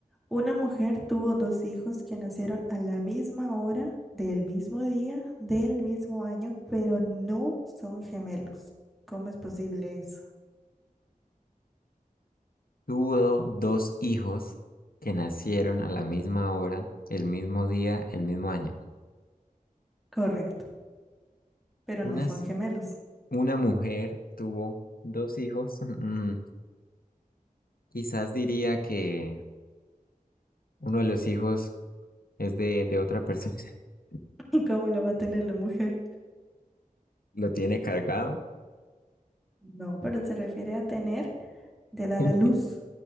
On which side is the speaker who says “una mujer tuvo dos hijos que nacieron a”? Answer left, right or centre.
Centre